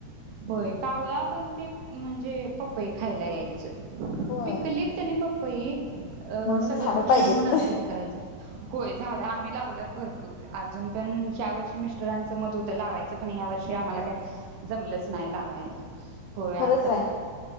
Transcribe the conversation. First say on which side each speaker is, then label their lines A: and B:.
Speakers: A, on the right; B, on the left.
A: होय कावळा पण ते म्हणजे पपई खायला यायचत.
B: होय
A: पिकलीत कणी प पई अ
B: म्हणून
A: सगळं
B: झाडं
A: पक्षी
B: पाहिजेत
A: येऊन असं हे करायचं. होय झाड आम्ही लावल्यात भर पूर अजून पण ह्या वर्षी मिस्टरांचं मत होतं लावायचं पण या वर्षी आम्हाला काय जमलंच नाही लावायला होय. आ
B: जाय,